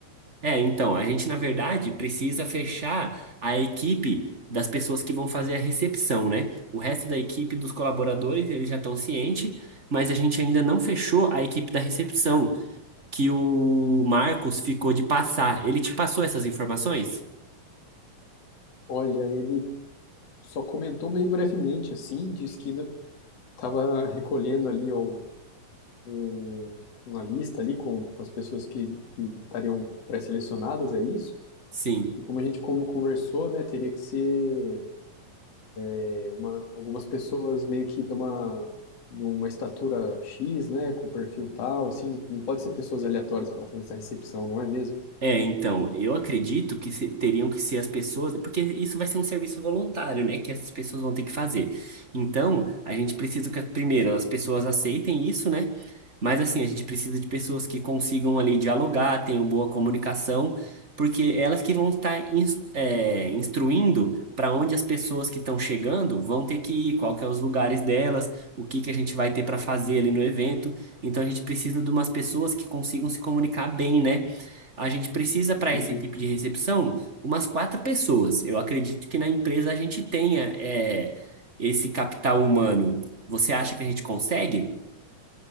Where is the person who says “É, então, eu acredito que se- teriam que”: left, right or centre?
Right